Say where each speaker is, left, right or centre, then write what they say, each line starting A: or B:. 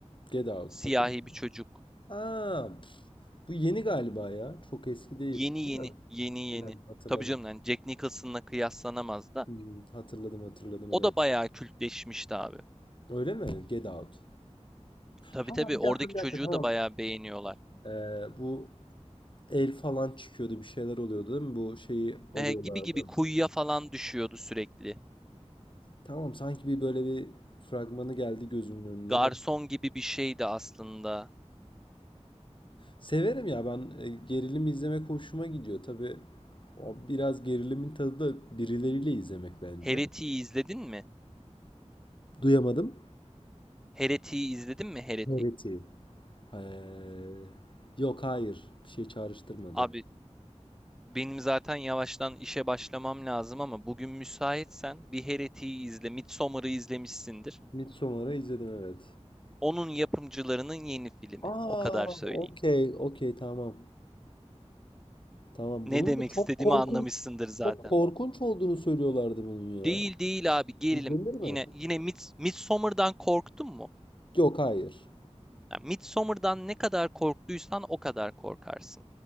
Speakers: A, on the left; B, in the centre.
A: Get Out.
B: Siyahi
A: Hatırladım.
B: bir çocuk.
A: Aa, pf, bu yeni galiba ya. Çok eski değil.
B: Yeni
A: Değil
B: yeni,
A: mi?
B: yeni
A: Aynen
B: yeni.
A: hatırladım.
B: Tabii canım yani Jack Nicholson'la kıyaslanamaz da.
A: Hmm, hatırladım hatırladım
B: O
A: evet.
B: da bayağı kültleşmişti abi.
A: Öyle mi? Get Out.
B: Tabii
A: Ha
B: tabii
A: bir
B: oradaki
A: dakika bir dakika
B: çocuğu
A: tamam.
B: da bayağı beğeniyorlar.
A: Ee, bu el falan çıkıyordu bir şeyler oluyordu değil mi? Bu şeyi alıyorlardı.
B: e, gibi gibi kuyuya falan düşüyordu sürekli.
A: Tamam sanki bir böyle bir fragmanı geldi gözümün önüne
B: Garson
A: de.
B: gibi bir şeydi aslında.
A: Severim ya ben e, gerilim izlemek hoşuma gidiyor. Tabii o biraz gerilimin tadı da birileriyle izlemek bence.
B: Heretik'i izledin mi?
A: Duyamadım.
B: Heretik'i izledin mi Heretik?
A: Evet. Ee, yok hayır bir şey çağrıştırmadı.
B: Abi benim zaten yavaştan işe başlamam lazım ama bugün müsaitsen bir Heretik'i izle. Midsommar'ı izlemişsindir.
A: Midsommar'ı izledim evet.
B: Onun yapımcılarının yeni filmi.
A: Aa,
B: O kadar söyleyeyim.
A: okey, okey, tamam. Tamam.
B: Ne
A: Bunun
B: demek
A: da
B: istediğimi
A: çok korkunç
B: anlamışsındır zaten.
A: çok korkunç olduğunu söylüyorlardı bunun ya.
B: Değil değil abi gerilim.
A: İzlenir mi?
B: Yine yine Mids Midsommar'dan korktun mu?
A: Yok, hayır.
B: Yani Midsommar'dan ne kadar korktuysan o kadar korkarsın.